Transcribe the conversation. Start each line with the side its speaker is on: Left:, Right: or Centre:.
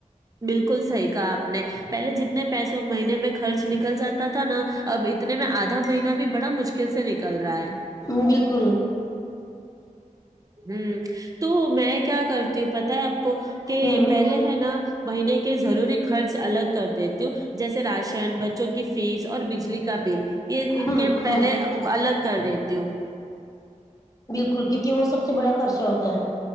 Right: بالکل صحیح کہا آپ نے پہلے جتنے پیسوں مہینے میں خرچ نکل جاتا تھا نا اب اتنے میں آدھا مہینہ بھی بڑا مشکل سے نکل رہا ہے
Left: ہ بالکل
Right: ہوں تو میں کیا کرتی ہوں پتا ہے آپ کو
Left: ہوں
Right: کہ پہلے ہے نا مہینے کے ضروری خرچ الگ کر دیتی ہوں جیسے راشن بچوں کی فیس اور بجلی کا بل یہ ان
Left: ہوں
Right: کے پہلے
Left: ہوں
Right: الگ کر دیتی ہوں
Left: ک وہ سب سے بڑا خرچہ ہوتا ہے